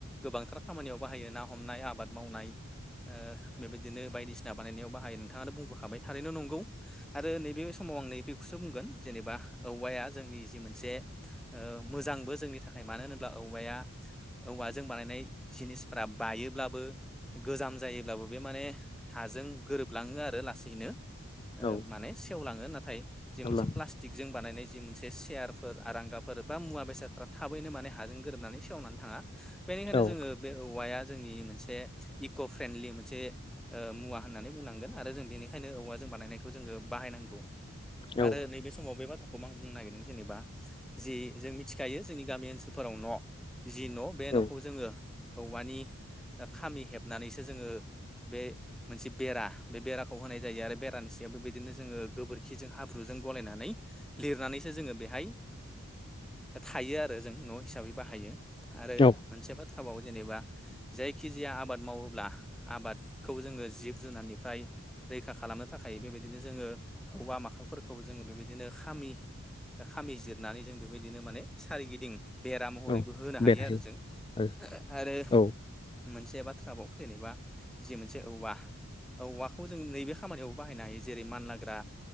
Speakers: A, in the centre; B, on the left (about 20°).
A: गोबांथार खामानियाव बाहायो ना हमनाय आबाद मावनाय बेबायदिनो बायदिसिना बानायनायाव बाहायो नोंथाङानो बुंबोखाबाय थारैनो नंगौ आरो नैबे समाव आं नैबेखौसो बुंगोन जेनेबा औवाया जोंनि जि मोनसे मोजांबो जोंनि थाखाय मानो होनोब्ला औवाया औवा जों बानायनाय जिनिसफोरा बायोब्लाबो गोजाम जायोब्लाबो बे माने हाजों गोरोबलाङो आरो लासैनो ओ
B: औ
A: माने सेवलाङो नाथाय जे
B: अब्ला
A: मोनसे प्लास्टिक जों बानायनाय जि मोनसे सेयारफोर आरांगाफोर बा मुवा बेसादफोरा थाबैनो माने हाजों गोरोबनानै सेवनानै थाङा बेनिखायनो
B: औ
A: जोङो बे औवाया जोंनि मोनसे इक फ्रेन्डलि मोनसे मुवा होननानै बुंनांगोन आरो जों बेनिखायनो औवा जों बानायनायखौ जोङो बाहायनांगौ
B: औ
A: आरो नैबे समाव बे बाथ्राखौबो आं बुंनो नागिरदों जेनेबा जि जों मिथिखायो जोंनि गामि ओनसोलफोराव न' जि न' बे
B: औ
A: न'खौ जोङो औवानि खामि हेबनानैसो जोङो बे मोनसे बेरा बे बेराखौ होनाय जायो आरो बेरानि सायाव बे बिदिनो जोङो गोबोरखिजों हाब्रुजों गलायनानै लिरनानैसो जोङो बेहाय थायो आरो जों न' हिसाबै बाहायो आरो
B: औ
A: मोनसे बाथ्राबाव जेनेबा जायखिजाया आबाद मावोब्ला आबादखौ जोङो जिब जुनारनिफ्राय रैखा खालामनो थाखाय बेबायदिनो जोङो औवा माखालफोरखौबो जोङो बेबायदिनो बिदिनो खामि खामि जिरनानै जों बेबायदिनो माने सोरिगिदिं बेरा महरैबो
B: औ
A: होनो
B: बेरायहै
A: हायो आरो जों
B: औ
A: आरो
B: औ
A: मोनसे बाथ्राबाव जेनेबा जि मोनसे औवा औवाखौ जों नैबे खामानियाव बाहायनो हायो जेरै मानलाग्रा